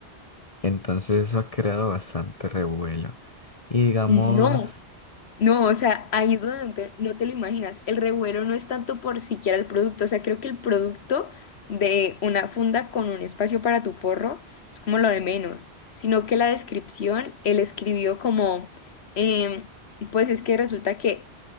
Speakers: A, on the left; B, on the left.
A: entonces eso ha creado bastante revuelo. Y digamos,
B: No, No, o sea, ahí es donde no te, no te lo imaginas. El revuelo no es tanto por siquiera el producto, o sea, creo que el producto de una funda con un espacio para tu porro es como lo de menos, sino que la descripción, él escribió como, em, pues es que resulta que